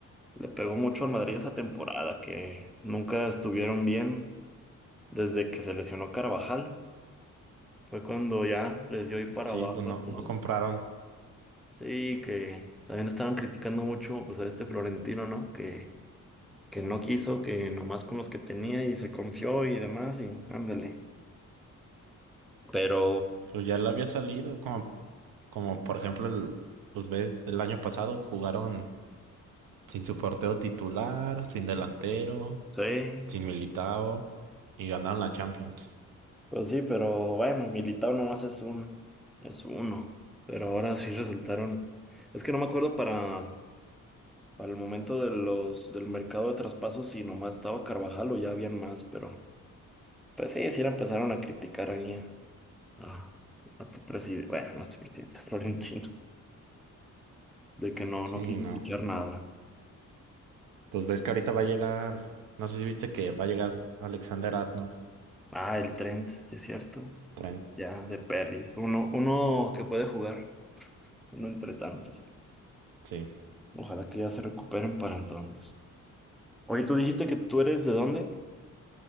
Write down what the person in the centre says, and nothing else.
le pegó mucho al Madrid esa temporada, que nunca estuvieron bien desde que se lesionó Carvajal. Fue cuando ya les dio ahí para
abajo
a todo.
Sí, que también estaban criticando mucho pues a este Florentino, ¿no? Que, que no quiso, que nomás con los que tenía y se confió y demás, y ándale. Pero
sí,
Pues sí, pero bueno, Militao nomás es un, es uno. Pero ahora sí resultaron. Es que no me acuerdo para, para el momento de los, del mercado de traspasos si nomás estaba Carvajal o ya habían más, pero pues sí, sí le empezaron a criticar ahí a, a- a tu presidente, bueno, no es tu presidente, <laughs> Florentino, de que no,
no quiso
fichar nada.
Ah, el Trent, sí es cierto.
Ya, de Peris, Uno, uno que puede jugar, uno entre tantos.
Ojalá que ya se recuperen para entonces. Oye, ¿tú dijiste que tú eres de dónde?